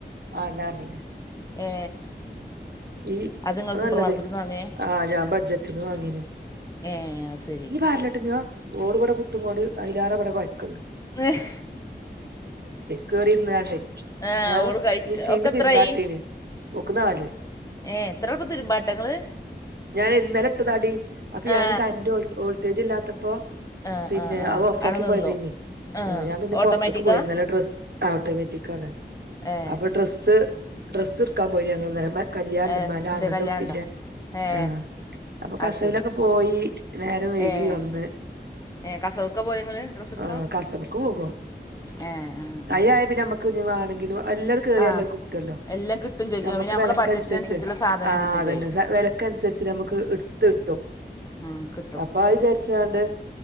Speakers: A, on the right; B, on the left.
A: വാണ്ടാ പറഞ്ഞീനിം
B: ഏ
A: ഈ
B: നിങ്ങൾ
A: അത്
B: സൂപ്പർ
A: നല്ലതയ്നിം
B: മാർക്കറ്റിൽ നിന്ന് വാങ്ങേ
A: ആഹ് ഞാൻ ബഡ്ജറ്റ്ന്ന് വാങ്ങീന്
B: ഏ അത് ശരി
A: ഇനി പാരലട്ടോ കുഞ്ഞോ ഓളിവിടെ പുട്ടും പൊടി അയ്ലാറിവിടെ കൊഴയ്ക്ക്‌ണ്ട്
B: ഏഹ്
A: കേറിയിരുന്നാണ്ടേ
B: ആഹ്
A: ഞാൻ
B: ഓള് കഴിക്ക
A: മിഷീനില്
B: ഓക്ക് എത്രായി
A: തിരുമ്പാട്ടീന് ഓക്ക് നാല്
B: ഏഹ് എത്ര എളുപ്പം തരുമ്പാട്ടങ്ങള്
A: ഞാൻ ഇന്നലെ ഇട്ടതാടി അപ്പൊ ഞാന്
B: ആ
A: കറന്റ് വോൾട്ടേജ് ഇല്ലാത്തപ്പോ
B: ആ
A: പിന്നെ
B: ആ ആ
A: അഹ് ഓഫാക്കി
B: അവിടെ നിന്നു
A: പോയതേനി
B: ആ
A: ആഹ് ഞാൻ പിന്നെ
B: ഓട്ടോമാറ്റിക്കാ
A: പൊറത്തക്ക് പോയി ഇന്നലെ ഡ്രസ്സ് ഓട്ടോമാറ്റിക് ആണ്
B: ഏ
A: അപ്പൊ ഡ്രസ്സ് ഡ്രസ്സ് എടുക്കാൻ പോയി ഞങ്ങള് ഇന്നലെ കല്യാണണ്ട്
B: ഏ
A: ഉമ്മാന്റെ
B: എന്തേ
A: ആങ്ങളന്റെ
B: കല്യാണം
A: കുട്ടിന്റെ
B: ഉണ്ടോ ഏ
A: ആഹ് അപ്പൊ കസവിലൊക്കെ
B: അത് ശരി
A: പോയി നേരം വൈകി
B: ഏ
A: വന്ന്
B: ഏ കസവൊക്കെ പോലെ ഇങ്ങള് ഡ്രസ്സ് എടുക്കാം
A: ആഹ് കസവ്ക്ക് പോകും
B: ഏ ആ
A: അയ്ലായ പിന്നെ നമ്മക്ക് ക്ക് ഇനി വാണെങ്കിലും <unintelligible> കേറിയ
B: ആ
A: എല്ലാം കിട്ടോല്ലോ
B: എല്ലാം കിട്ടും ചെയ്യും
A: നമക്ക്
B: പിന്നെ നമ്മളെ
A: വെലക്കനുസരിച്ച്
B: ബഡ്ജറ്റിനനുസരിച്ചുള്ള സാധനം
A: ആഹ്
B: കിട്ടും
A: അതന്നെ
B: ചെയ്യും
A: വിലക്ക് അനുസരിച്ച് നമുക്ക് എടുത്ത് കിട്ടും
B: ആഹ് കിട്
A: അപ്പൊ അത് വിചാരിച്ചാണ്ട്